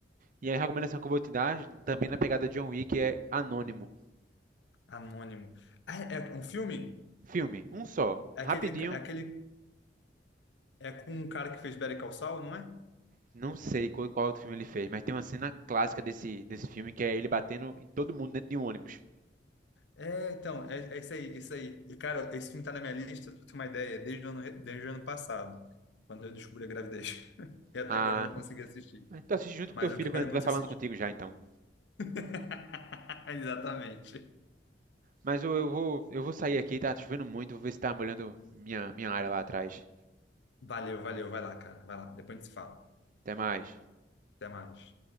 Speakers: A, on the right; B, on the left.
A: E a recomendação que eu vou te dar, também na pegada de John Wick, é Anônimo.
B: Anônimo. Ah, é um filme?
A: Filme, um só, rapidinho.
B: É aquele, é aquele. É com um cara que fez Better Call Saul, não é?
A: Não sei qual, qual outro filme ele fez, mas tem uma cena clássica desse, desse filme que é ele batendo em todo mundo dentro de um ônibus.
B: É, então, é, é isso aí, isso aí. E, cara, esse filme tá na minha lista, pra ter uma ideia, desde o ano, re- desde o ano passado, quando eu descobri a gravidez. <laughs> E até
A: Ah,
B: agora eu não consegui assistir.
A: mas tu assiste junto com
B: Mas
A: teu filho
B: eu quero
A: quando ele
B: muito
A: vai falando
B: assistir.
A: contigo já, então.
B: <laughs> Exatamente.
A: Mas eu, eu vou, eu vou sair aqui, tá chovendo muito, vou ver se tá molhando minha, minha área lá atrás.
B: Valeu, valeu. Vai lá, cara. Vai lá. Depois a gente se fala.
A: Até mais.
B: Até mais.